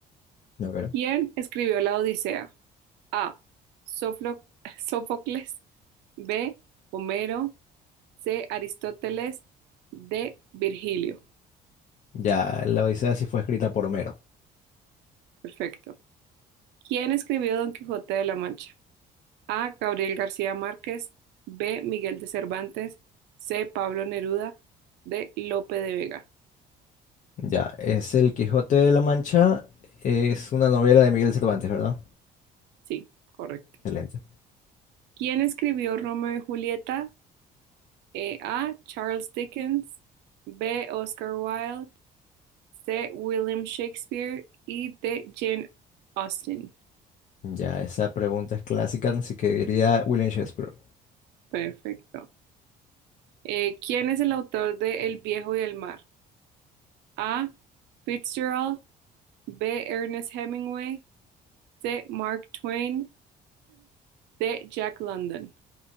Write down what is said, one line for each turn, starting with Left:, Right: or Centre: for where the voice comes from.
Left: A ver.
Right: ¿Quién escribió la Odisea? A. Soflo- <laughs> Sófocles. B. Homero. C. Aristóteles. D. Virgilio.
Left: Ya, la Odisea sí fue escrita por Homero.
Right: Perfecto. ¿Quién escribió Don Quijote de la Mancha? A. Gabriel García Márquez. B. Miguel de Cervantes. C. Pablo Neruda. D. Lope de Vega.
Left: Ya, es El Quijote de la Mancha. Es una novela de Miguel Cervantes, ¿verdad?
Right: Sí, correcto.
Left: Excelente.
Right: ¿Quién escribió Romeo y Julieta? E. A. Charles Dickens. B. Oscar Wilde. de William Shakespeare y de Jane Austen.
Left: Ya, esa pregunta es clásica, así que diría William Shakespeare.
Right: Perfecto. Eh, ¿quién es el autor de El viejo y el mar? A. Fitzgerald, B. Ernest Hemingway, C. Mark Twain, D. Jack London.